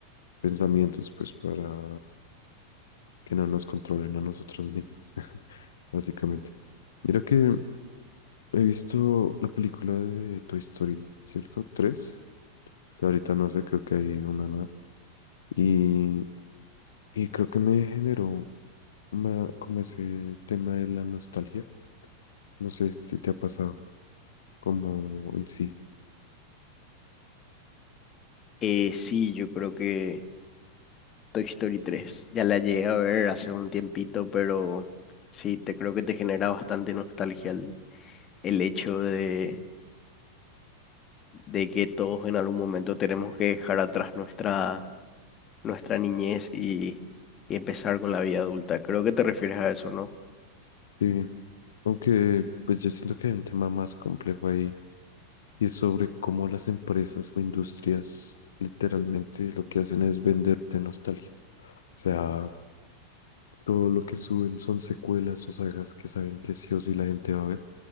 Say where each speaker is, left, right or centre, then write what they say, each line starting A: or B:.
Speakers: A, on the left (about 60°); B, on the left (about 30°).
A: pensamientos pues para que no nos controlen a nosotros mismos, <laughs> básicamente. Mira que he visto la película de Toy Story, ¿cierto? Tres, que ahorita no sé, creo que hay una nueva. Y, y creo que me generó ma- como ese tema de la nostalgia. No sé si te ha pasado como en sí.
B: Eh, sí, yo creo que Toy Story tres ya la llegué a ver hace un tiempito, pero sí, te creo que te genera bastante nostalgia el, el hecho de, de que todos en algún momento tenemos que dejar atrás nuestra, nuestra niñez y, y empezar con la vida adulta. Creo que te refieres a eso, ¿no?
A: Sí, aunque pues yo siento que hay un tema más complejo ahí y es sobre cómo las empresas o industrias literalmente lo que hacen es venderte nostalgia. O sea, todo lo que suben son secuelas o sagas que saben que sí o sí la gente va a ver,